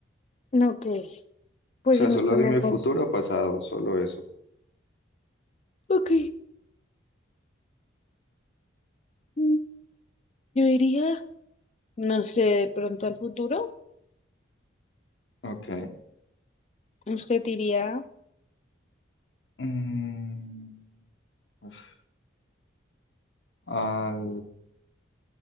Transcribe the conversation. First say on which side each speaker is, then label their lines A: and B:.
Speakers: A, on the left; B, on the left.
A: No, Ok, pues
B: O sea,
A: si nos
B: solo
A: ponemos...
B: dime futuro o pasado, solo eso.
A: Ok, mm, yo iría, no sé, de pronto al futuro.
B: Ok.
A: Usted iría
B: Mm, uf, Al